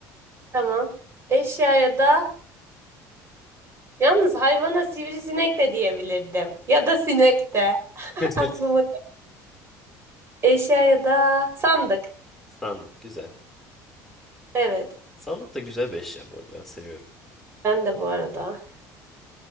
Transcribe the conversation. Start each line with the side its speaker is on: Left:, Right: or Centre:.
Right: Tamam. Eşyaya da yalnız hayvana sivrisinek de diyebilirdim. Ya da sinek de. <laughs>
Centre: <laughs>
Right: Aklıma eşyaya da sandık.
Centre: Sandık güzel.
Right: Evet.
Centre: Sandık da güzel bir eşya bu arada ben seviyorum.
Right: Ben de bu arada.